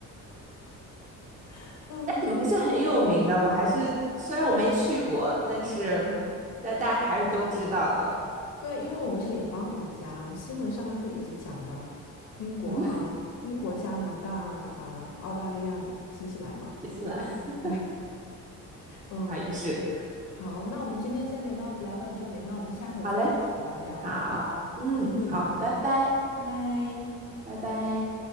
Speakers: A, on the left (about 70°); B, on the right (about 25°).
A: <laughs> 嗯。
B: 们还是很有名的，我还是虽然我没去过，但是但大家还是都知道的。
A: 对啊，因为我们是联邦国家，新闻上面会一直讲的，英国啊，
B: 嗯，
A: 英国、加拿大啊，澳大利亚、新西兰嘛。
B: <laughs> 新西兰
A: <laughs>
B: <laughs>
A: 对，嗯，
B: 那也是。
A: 好，那我们今天先聊到聊到这里，那我们下回再一起聊一聊。
B: 好嘞，好，嗯，
A: 谢谢你，
B: 好，拜拜，
A: 拜拜。
B: 拜拜。